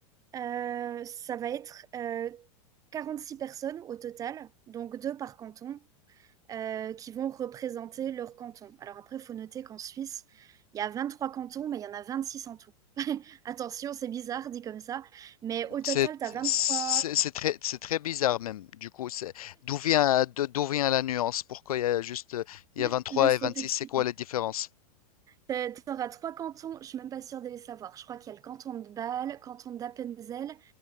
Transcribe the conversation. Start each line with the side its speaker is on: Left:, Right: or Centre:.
Right: Euh, ça va être euh, six personnes au total, donc deux par canton, euh, qui vont représenter leur canton. Alors après, il faut noter qu'en Suisse, il y a 23 cantons, mais il y en a 26 en tout. <laughs> Attention, c'est bizarre dit comme ça, mais au total,
Left: C'est
Right: tu as 23...
Left: c'est- c'est très, c'est très bizarre même. Du coup, c'est- d'où vient, de- d'où vient la nuance? Pourquoi il y a juste, euh, il
Right: La-
Left: y a 23
Right: Laisse-moi
Left: et 26.
Right: t'expliquer.
Left: c'est quoi la différence?
Right: Tu auras trois cantons, je suis même pas sûre de les savoir. Je crois qu'il y a le canton de Bâle, canton d'Appenzell